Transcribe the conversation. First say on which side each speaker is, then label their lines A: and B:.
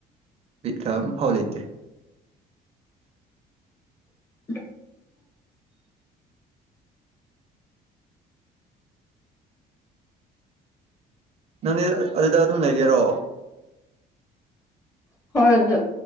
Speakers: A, on the right; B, on the left.
A: ꯕꯤꯠꯀ ꯑꯝꯐꯥꯎ ꯂꯩꯇꯦ
B: <inaudible>
A: ꯅꯪꯗꯤ ꯑꯗꯨꯗ ꯑꯗꯨꯝ ꯂꯩꯒꯦꯔꯣ
B: ꯍꯣꯏ ꯑꯗꯨ